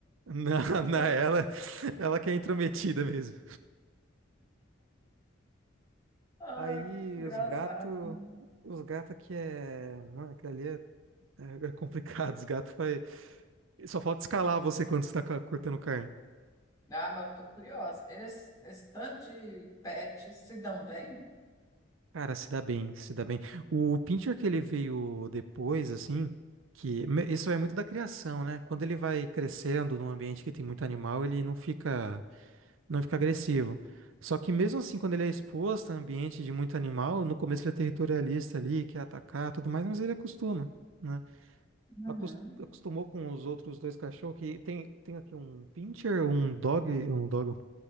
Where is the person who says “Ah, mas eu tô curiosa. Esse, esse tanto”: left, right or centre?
Left